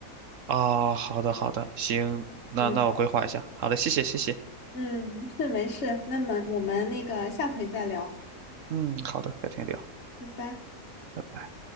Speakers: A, on the right; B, on the left.
A: 啊、好的好的，行，那那我规划一下。
B: 嗯
A: 好的，谢谢谢谢。
B: 嗯，是没事，那么我们那个下回再聊。
A: 嗯，好的，改天聊。
B: 拜拜。
A: 拜拜。